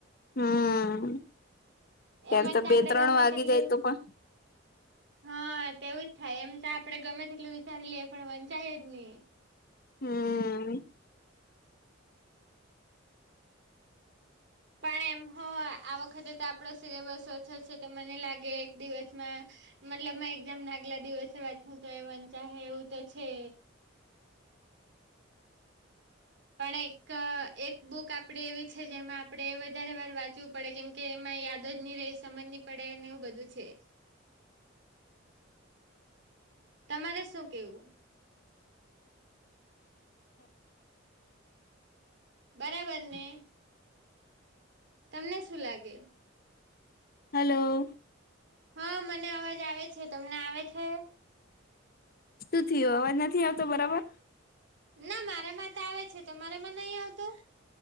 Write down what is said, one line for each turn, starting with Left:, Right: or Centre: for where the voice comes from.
Left: હમ ત્યારે
Right: એમાં
Left: તો
Right: જ
Left: બે
Right: આપડે
Left: ત્રણ
Right: ગમે
Left: વાગી
Right: તેટલું
Left: જાય તો પણ
Right: હા તેવું જ થાય એમ તો આપડે ગમે તેટલું વિચારી લઈએ પણ વંચાય જ ની.
Left: હમ.
Right: પણ એમ હો આ વખતે તો આપડો સિલેબસ ઓછો છે તો મને લાગે દિવસમાં મતલબ એક્ઝામ ના આગલા દિવસે વાચહું તો એ વંચાહે એવું તો છે. પણ એક એક બુક આપડી એવી છે જેમાં આપડે વધારે વાર વાંચવું પડે કેમ કે એમાં યાદ જ ની રેય સમજ ની પડે ને એવું બધું છે. તમારે શું કેવું? બરાબરને? તમને શું લાગે?
Left: હલો!
Right: હા મને અવાજ આવે છે. તમને આવે છે?
Left: શું થયું અવાજ નથી આવતો બરાબર?
Right: ના મારામાં તો આવે છે. તમારામાં નઈ આવતું?